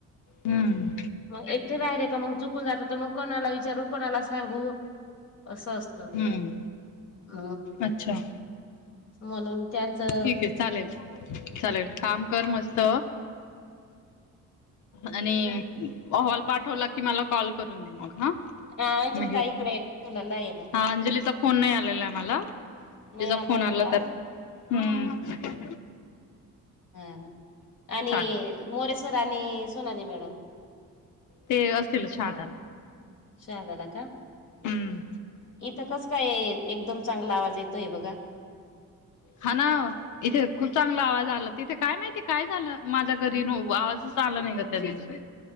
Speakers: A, on the left; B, on the left.
A: हम्म
B: मग एकटे राहिले का मग चुकून जात तर मग कोणाला विचारू कोणाला सांगू. असं असत ह.
A: हम्म अच्छा!
B: म्हणून त्यांचं.
A: ठीक आहे चालेल चालेल काम कर मस्त. आणि अहवाल पाठवला की मला कॉल करून दे मग हा.
B: अंजली
A: म
B: ताईकडे ठेवलेला आहे ना
A: हा अंजलीचा. फोन नाही आलेला आहे मम्हाला
B: नाही
A: तिचा
B: आलाय
A: फोन आला
B: का
A: तर. हम्म
B: हा आणि
A: चालेल
B: मोरेश्वर आणि सोनाली मॅडम.
A: ते असतीलल छहादाला.
B: शहद्याल का.
A: हम्म
B: इथं कस काय एकदम चांगला आवाज येतोय बघा.
A: हा ना. इथे खूप चांगला आवाज आला तिथे काय माहिती काय झालं माझ्या घरीन आवाज चांगला नाही ग त्या दिवशी.